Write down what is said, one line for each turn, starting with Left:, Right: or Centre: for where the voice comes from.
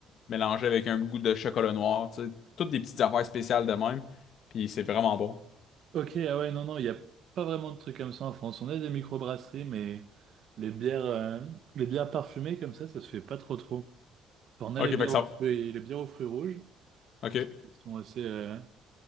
Left: mélangée avec un goût de chocolat noir, tu sais. Toutes des petites affaires spéciales de même. Puis, c'est vraiment bon.
Right: Ok, ah ouais, non, non, il n'y a pas vraiment de trucs comme ça en France. On a des microbrasseries, mais les bières, euh, les bières parfumées comme ça, ça se fait pas trop trop. Enfin, on a
Left: OK,
Right: les bières
Left: fait que ça.
Right: aux fruits, les bières aux fruits rouges,
Left: OK.
Right: celles qui sont assez, euh,